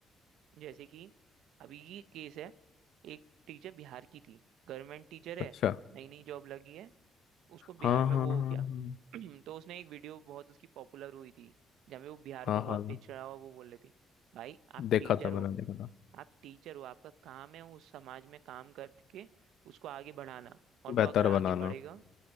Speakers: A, on the right; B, on the left.
A: जैसे कि अभी ये केस है एक टीचर बिहार की थी गवर्नमेंट टीचर है
B: अच्छा
A: नई नई जॉब लगी है उसको बिहार
B: हाँ
A: में
B: हाँ
A: वो
B: हाँ
A: हो
B: हाँ
A: गया <clears throat> तो उसने एक वीडियो बहुत उसकी पॉपुलर हुई थी जहाँ पे वो बिहार
B: हाँ
A: को बहुत
B: हाँ
A: पिछड़ा
B: हाँ,
A: हुआ वो बोल रही थी भाई आप
B: देखा
A: टीचर
B: था मैंने
A: हो
B: देखा था
A: आप टीचर हो आपका काम है उस समाज में काम करके उसको आगे बढ़ाना और वो
B: बेहतर
A: अगर आगे
B: बनाना
A: बढ़ेगा